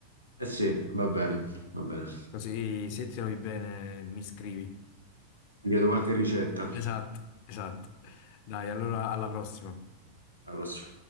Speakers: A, on the right (about 80°); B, on the left (about 45°).
A: Eh sì, va bene, va bene.
B: Così se ti trovi bene, mi scrivi.
A: Ti chiedo qualche ricetta.
B: Esatto, esatto. Dai, allora alla prossima.
A: Alla prossima.